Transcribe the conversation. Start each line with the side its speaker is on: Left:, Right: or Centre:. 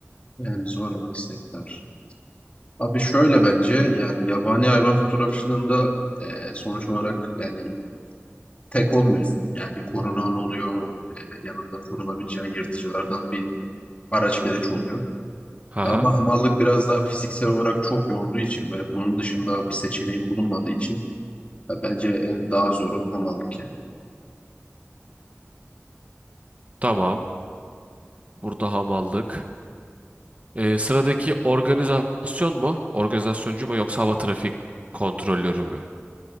Left: Yani zor meslekler. Abi şöyle bence yani yabani hayvan fotoğrafçılığında e, sonuç olarak yani tek olmuyorsun. Yani bir korunan oluyor. e, yanında korunabileceğin yırtıcılardan bir araç gereç oluyor.
Right: Haha.
Left: Ama hamallık biraz daha fiziksel olarak çok yorduğu için ve bunun dışında bir seçeneğin bulunmadığı için ya bence en daha zoru hamallık yani.
Right: Tamam. Burada hamallık. Ee, sıradaki organizasyon mu? Organizasyoncu mu yoksa hava trafik kontrolörü mü?